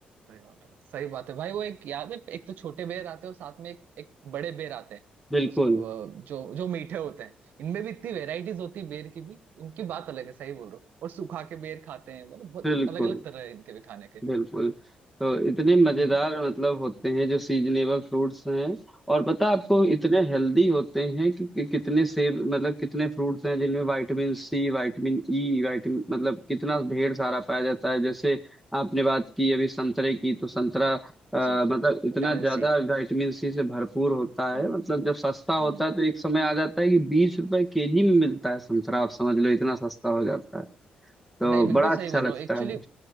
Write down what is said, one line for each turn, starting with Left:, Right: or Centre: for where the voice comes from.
Right: सही बात है सही बात है भाई वो एक याद है एक तो छोटे बेर आते हैं और साथ में एक एक बड़े बेर आते हैं
Centre: बिल्कुल
Right: उसको जो जो मीठे होते हैं इनमें भी इतनी वेराइटीज होती है बेर की भी इनकी बात अलग है सही बोल रहे हो और सूखा के बेर खाते हैं मतलब बहुत
Centre: बिल्कुल
Right: अलग अलग तरह है इनके भी खाने के
Centre: बिल्कुल तो इतने मजेदार
Right: हम्म
Centre: मतलब होते हैं जो सीजनेबल फ्रूट्स हैं और पता आपको
Right: हम्म
Centre: इतने हेल्दी होते हैं कि, कि कितने सेब मतलब कितने फ्रूट्स हैं जिनमें vitamin C vitamin E vitamin मतलब कितना
Right: हम्म
Centre: ढेर सारा पाया जाता है जैसे आपने बात की अभी संतरे की तो संतरा अ,
Right: जी
Centre: मतलब इतना
Right: Vitamin
Centre: ज्यादा
Right: C
Centre: विटामिन सी से भरपूर होता
Right: हम्म
Centre: है मतलब जब सस्ता
Right: हम्म
Centre: होता है तो एक समय आ जाता है कि बीस रुपए केजी में मिलता है संतरा आप समझ लो इतना सस्ता हो जाता है तो
Right: नहीं बिल्कुल
Centre: बड़ा
Right: सही
Centre: अच्छा
Right: बोल
Centre: लगता
Right: रहे हो एक्चुअली
Centre: है